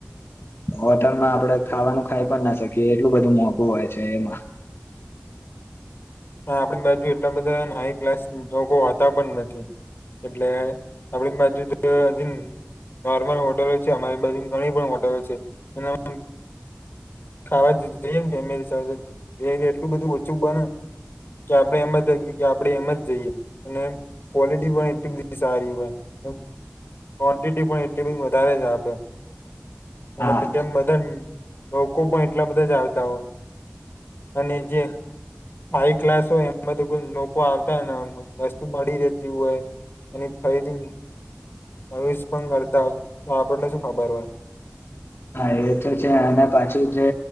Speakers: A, on the left; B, on the left.
A: હોટલમાં આપડે ખાવાનું ખાઈ પણ ના શકીએ એટલું બધું મોંઘું હોય છે એમાં.
B: <inaudible> આપણી બાજુ એટલા બધા હાઈ ક્લાસ લોકો હોતા પણ નથી. એટલે આપડી બાજુ <unintelligible> નોર્મલ હોટલો છે‌. અમારી બાજુ ઘણી પણ હોટલો છે એના ખાવા દીધું જઈમ ફેમિલી સાથે એટલું બધું ઓછું બને. કે આપણે એમ જ કંઈએ કે આપણેે એમાં જ જઈએ અને ક્વોલિટી પણ એટલી બધી સારી હોય એમ. ક્વોન્ટીટી પણ એટલી બધી વધારે જ આપે. અને
A: હા
B: તેમ બધા લોકો પણ એટલા બધા જ આવતા હોય. અને જે હાઈ ક્લાસ હોય એમ બધું લોકો આવતા હો ને વસ્તુ મળી રહેેતી હોય એની ફરીથી <unintelligible> પણ કરતા તો આપણને શું ખબર હોય
A: હા એ તો છે. અને પાછું જે